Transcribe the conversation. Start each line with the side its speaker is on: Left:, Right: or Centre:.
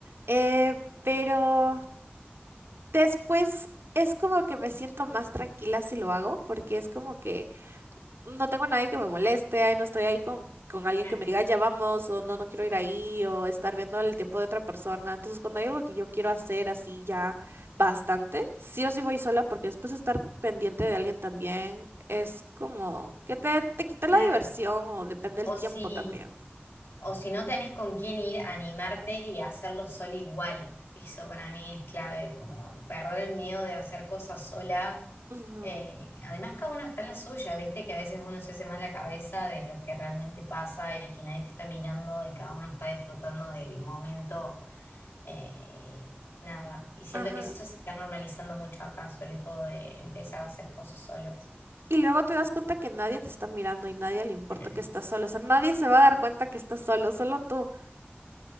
Right: eh, pero... Después es como que me siento más tranquila si lo hago, porque es como que no tengo a nadie que me moleste, ay, no estoy ahí con, con alguien
Left: Claro,
Right: que me diga ya vamos, o no, no quiero ir ahí, o estar viendo el tiempo de otra persona. Entonces, cuando hay algo que yo quiero hacer así ya bastante, sí o sí voy sola, porque después estar pendiente de alguien también es como que te, te quita
Left: claro.
Right: la diversión, o depende
Left: O
Right: del tiempo
Left: si,
Right: también.
Left: O si no tenés con quién ir, animarte y hacerlo sola igual. Eso para mí es clave, como perder el miedo de hacer cosas sola.
Right: Ujú,
Left: Eh, además, cada uno está en la suya, viste que a veces uno se hace más la cabeza de lo que realmente pasa y que nadie te está mirando y cada uno está disfrutando del momento. eh, nada, y siento
Right: Ajá.
Left: que eso se está normalizando mucho acá, sobre todo de empezar a hacer cosas solos.
Right: Y luego te das cuenta que nadie te está mirando y nadie le importa
Left: Claro,
Right: que estás solo. O sea, nadie se va a dar cuenta que estás solo, solo tú.